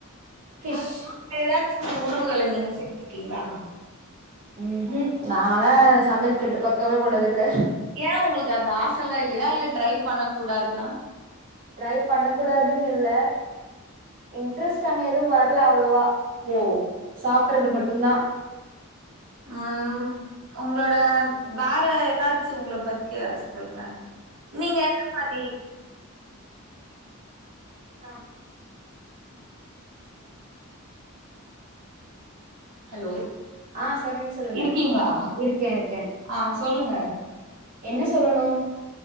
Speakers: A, on the right; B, on the right.
A: ஃபிஷ்
B: எதாச்சு உணவுகள நீங்க செஞ்சிர்க்கீங்ளா
A: ம் உம் நாலா சமைல் கட்டு பக்கமே போனதில்ல
B: ஏ உங்கள்க்கு அந்த ஆசல்லா இல்லியா இல்ல ட்ரை பண்ண கூடாதுன்னா
A: ட்ரை பண்ண கூடாதுன் இல்ல இன்ட்ரெஸ்ட் அங்க எதுவு வர்ல அவ்ளொவா
B: ஓ
A: சாப்ட்றது மட்டுந்தா
B: அ உங்களோட வேற எதாச்சு உங்ள பத்தி எதாச்சு சொல்லுங்க நீங்க என்ன மாரி
A: அ
B: ஹலோ
A: அ சொல்லுங் சொல்லுங்க
B: இருக்கீங்களா
A: இருக்கே இருக்கே
B: ஆ சொல்லுங்க
A: என்ன சொல்லணு